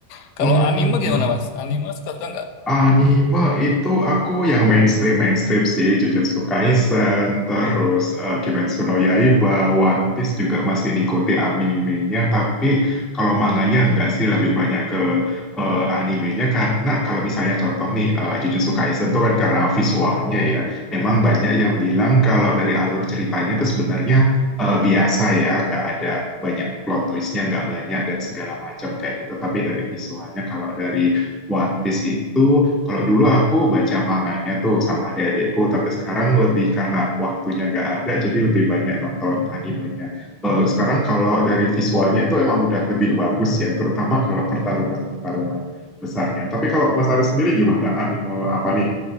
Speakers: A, on the left; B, in the centre.
A: <laughs> Kalau
B: Hmm,
A: anime
B: hmm.
A: gimana Mas? Anime suka-suka nggak?
B: Anime itu aku yang mainstream mainstream sih Jujutsu Kaisen, terus eh, Kimetsu no Yaiba, One Piece juga masih ngikuti animenya, tapi kalau manganya enggak sih lebih banyak ke eh, animenya karena kalau misalnya contoh nih eh, Jujutsu Kaisen tuh kan karena visualnya ya, memang banyak yang bilang kalau dari alur ceritanya itu sebenarnya eh, biasa ya, gak ada banyak plot twistnya, nggak banyak dan segala macam kayak gitu, tapi dari visualnya kalau dari One Piece itu kalau dulu aku baca manganya tuh sama adik-adikku, tapi sekarang lebih karena waktunya nggak ada, jadi lebih banyak nonton animenya. Eh, sekarang kalau dari visualnya itu emang udah lebih bagus ya, terutama kalau pertarungan-pertarungan besarnya. Tapi kalau Mas Ari sendiri gimana anime apa nih